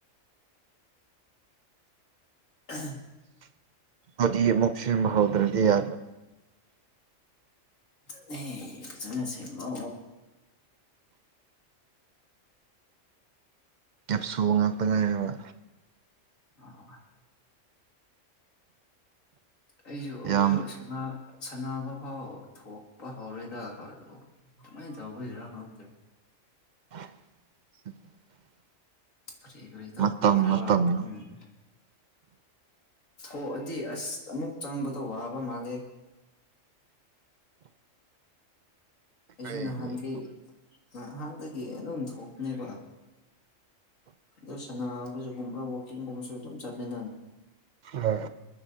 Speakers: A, on the left (about 75°); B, on the right (about 70°).
A: ꯑꯍꯝ
B: ꯑꯗꯨꯗꯤ ꯑꯃꯨꯛ ꯁꯦꯝꯕ ꯍꯧꯗ꯭ꯔꯗꯤ ꯌꯥꯗ꯭ꯔꯦ
A: ꯑꯗꯨꯅꯦ ꯐꯖꯅ ꯁꯦꯝꯃꯣ
B: ꯀꯦꯞꯁꯨ ꯉꯥꯛꯇ ꯉꯥꯏꯔꯕ
A: ꯑꯣ ꯑꯩꯁꯨ
B: ꯌꯥꯝ
A: <unintelligible> ꯁꯥꯟꯅꯕ ꯐꯥꯎ ꯊꯣꯛꯄ ꯍꯧꯔꯦꯗ <unintelligible> ꯀꯃꯥꯏ ꯇꯧꯕꯒꯤꯔꯥ ꯈꯪꯗꯦ
B: <inaudible>
A: ꯀꯔꯤ ꯀꯔꯤ ꯇꯧꯕꯒꯤꯔ
B: ꯃꯇꯝ ꯃꯇꯝꯅ
A: ꯈꯪꯗꯦ ꯊꯣꯛꯑꯗꯤ ꯑꯁ ꯑꯃꯨꯛ ꯆꯪꯕꯗꯣ ꯋꯥꯕ ꯃꯥꯂꯦ ꯑꯩꯁꯨ
B: ꯑꯩꯈꯣꯏ
A: ꯅꯍꯥꯟꯗꯤ ꯅꯍꯥꯟꯗꯒꯤ ꯑꯗꯨꯝ ꯊꯣꯛꯄꯅꯦꯕ ꯑꯗꯨ ꯁꯅꯥꯕꯖꯒꯨꯝꯕ ꯋꯥꯛꯀꯤꯡꯒꯨꯝꯕꯁꯨ ꯑꯗꯨꯝ ꯆꯠꯂꯦ ꯅ
B: ꯑ